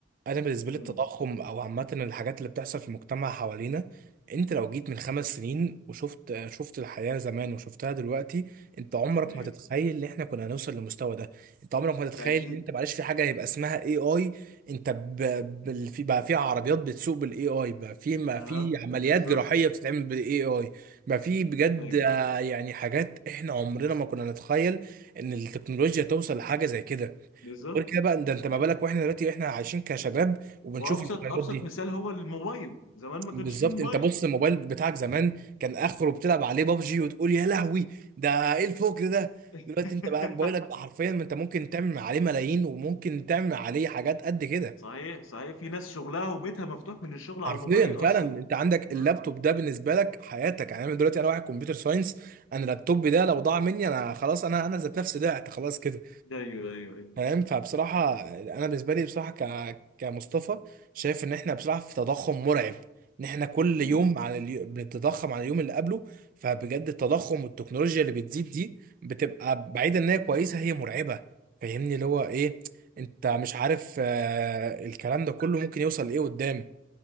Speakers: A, on the right; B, on the left.
A: انا بالنسبه
B: امم
A: لي التضخم او عامه الحاجات اللي بتحصل في المجتمع حوالينا انت لو جيت من خمس سنين وشفت شفت الحياه زمان وشفتها دلوقتي انت عمرك
B: ايوه
A: ما تتخيل ان احنا كنا هنوصل للمستوى ده انت عمرك ما تتخيل
B: ده اكيد
A: ان انت معلش في حاجه هيبقى اسمها اي اي انت ب... بال... في بقى في عربيات بتسوق بالاي اي بقى في ما
B: اها
A: في عمليات
B: بالظبط
A: جراحيه بتتعمل بالاي اي بقى في بجد
B: ايوه
A: آه، يعني حاجات احنا عمرنا ما كنا نتخيل ان التكنولوجيا توصل لحاجه زي كده
B: بالظبط
A: غير كده بقى ده انت ما
B: ايوه
A: بالك واحنا دلوقتي احنا عايشين كشباب وبنشوف
B: وابسط
A: الفيديوهات
B: ابسط
A: دي
B: مثال هو الموبايل زمان ما
A: بالظبط
B: كانش فيه موبايل
A: انت بص الموبايل بتاعك زمان كان اخره بتلعب عليه بابجي وتقول يا لهوي ده ايه الفكر ده
B: <laughs>
A: دلوقتي انت بقى موبايلك بقى حرفيا ما انت ممكن تعمل عليه ملايين وممكن تعمل عليه حاجات قد كده
B: صحيح صحيح في ناس شغلها وبيتها مفتوح من الشغل
A: حرفيا
B: على الموبايل اصلا
A: فعلا انت عندك
B: امم
A: اللابتوب ده بالنسبه لك حياتك يعني انا دلوقتي انا واحد كمبيوتر ساينس انا اللابتوب ده لو ضاع مني انا خلاص انا انا ذات نفسي ضعت خلاص كده
B: ايوه ايوه
A: فاهم فبصراحة أنا بالنسبة لي بصراحة ك... كمصطفى شايف إن إحنا بصراحة في تضخم مرعب إن إحنا كل يوم
B: ايوه
A: على اليو... بنتضخم على اليوم اللي قبله فبجد التضخم والتكنولوجيا اللي بتزيد دي بتبقى بعيدة إن هي كويسة هي مرعبة فاهمني اللي هو إيه أنت مش عارف آه... الكلام ده كله ممكن يوصل لإيه قدام